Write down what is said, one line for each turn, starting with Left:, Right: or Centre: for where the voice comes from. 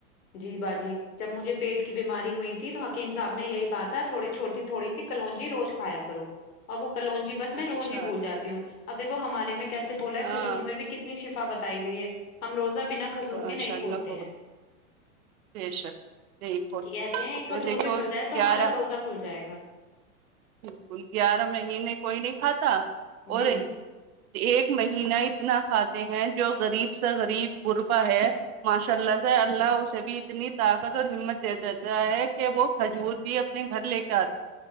Left: جی باجی جب مجھے پیٹ کی بیماری ہوئی تھی تو حکیم صاحب نے یہی کہا تھا تھوڑی چھوٹی تھوڑی سی کلونجی روز کھایا کرو اور وہ کلونجی بس میں
Right: اچھا
Left: روز ہی بھول جاتی ہوں اب دیکو ہمارے میں کیسے بولا ہے
Right: ہاں
Left: کھجور میں بھی کتنے کتنا شفا بتائی گئی ہے ہم روزہ بنا کھجور
Right: ماشاء
Left: کے نہیں
Right: اللہ
Left: کھولتے
Right: بہت
Left: ہیں
Right: بے شک نہیں کھولتے
Left: کہ کہتے ہیں ایک کھجور
Right: جو دیکھو
Left: بھی مل
Right: گیارہ
Left: جائے تو ہمارا روزہ کھل جائے گا
Right: بالکل گیارہ مہینے کوئی نہیں کھاتا اور
Left: جی
Right: ایک مہینہ اتنا کھاتے ہیں جو غریب سے غریب غربا ہے ماشاء اللہ سے اللہ اسے بھی اتنی طاقت اور ہمت دے دیتا ہے کہ وہ کھجور بھی اب اپنے گھر لے کے آتا